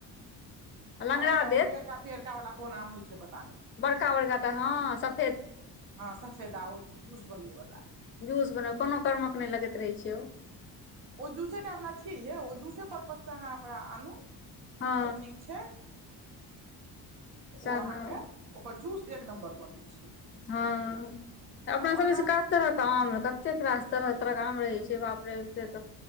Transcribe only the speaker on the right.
आ एकटा ओ
पियरका पियरका वाला कोन आम होइ छै पता नहि
हँ सफेदा ओ जूस बनैवाला
ओ जूसेटा वला छियै ये ओ जूस अहाँ ओकरा आनू
तऽ ठीक छै
ओ अहाँकेँ
ओकर जूस एक नम्बर बनैत छै।
आ
ओना